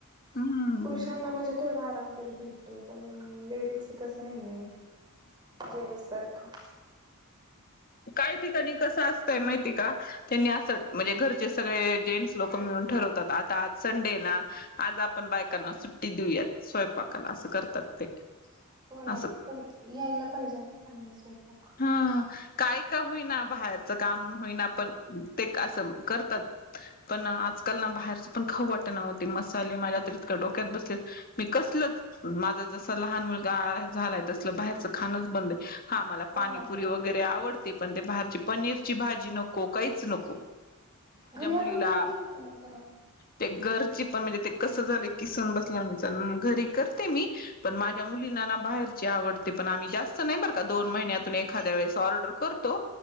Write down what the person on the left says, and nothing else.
हम्म
काय ठिकाणी कसं असतंय माहितीय का? त्यांनी असं म्हणजे घरचे सगळे जेंट्स लोक मिळून ठरवतात आता आज संडे ना आज आपण बायकांना सुट्टी देऊयात स्वयंपाकाला असं करतात ते.
असं
हा काय का होईना बाहेरच कानून होईना पण ते असं करतात पण आजकाल ना बाहेरचं पण खऊ वाट नव्हते मसाले माझ्या तर इतक डोक्यात बसलेत मी कसलच माझा जसा लहान मुलगा झालाय तसल बाहेरचं खाणच बंद आहे हा मला
पाणीपुरी
वगैरे आवडत, पण ते बाहेर पनीरची भाजी नको काहीच नको,
मुलीला
तेर ण म्हणजे कस झाले किसून बस घरी करते मी पण माझ्या मुलींना बाहेर आवडते पण आम्ही जास्त नाही बर दोन महिन्या एखाद्या वेळेस ऑर्डर करतो